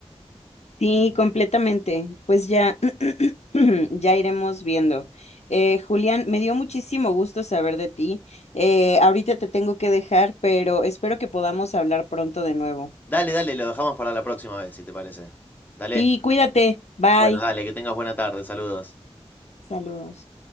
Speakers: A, on the left; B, on the left.
A: Sí, completamente. Pues ya, <clears throat> ya iremos viendo. Eh, Julián, me dio muchísimo gusto saber de ti. Eh, ahorita te tengo que dejar, pero espero que podamos hablar pronto de nuevo.
B: Dale, dale, lo dejamos para la próxima vez, si te parece. Dale,
A: Sí, cuídate. Bye.
B: Bueno, dale, que tengas buena tarde, saludos.
A: Saludos.